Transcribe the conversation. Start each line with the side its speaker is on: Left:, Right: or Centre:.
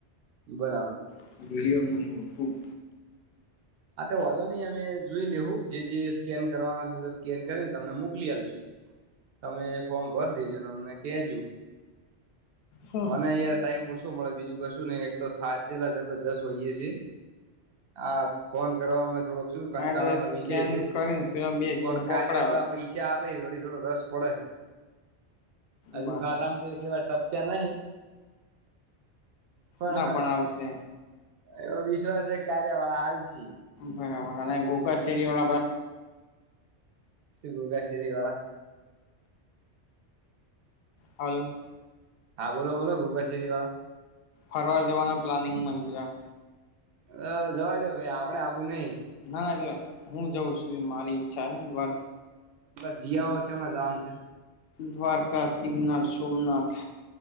Right: બરાબર.
Left: <unintelligible> એવું હતું
Right: હા તો વધો નહી અમે જોઈ લેવું જે જે સ્કેન કરવાના છે બધા સ્કેન કરીને તમને મોકલી આપશુ. તમે ફોર્મ ભર દેજો ને અમને કેજો.
Left: હા.
Right: મને એ ટાઈમ મુસકેલ મળે બીજું કશું નહી એક તો થાકેલા જબરજસ્ત હોઈએ છીએ હા ફોન કરવાવામાં થોડોક શું કંટાળા
Left: એટલે સ્કેન
Right: નો વિષય છે
Left: કરીને પેલા બે
Right: પણ
Left: જોડ પકડાયો
Right: કાર્ય વાળા પૈસા આ થોડી થોડો રસ પડે હ
Left: બરાબર.
Right: હજુ ખાધામ તો એટલી વાર ટપચ્યા નહિ પણ
Left: ના
Right: હ
Left: આવશે
Right: એવો વિશ્વાસ છે કાર્ય વાળ આલસે.
Left: બરાબર અને <unintelligible>
Right: શું કે શેરીવાળા?
Left: હલો
Right: હા બોલો બોલો ગુગા શરી વાળા.
Left: ફરવા જવાના પ્લાનિંગમાં બધા.
Right: હ જવા દો ભાઈ આપડે આવું નઈ.
Left: ના ના હું જઉં છું મારી ઈચ્છા છે.
Right: જીયાવો, <unintelligible>
Left: દ્વારકા ગીરનાર સોમનાથ.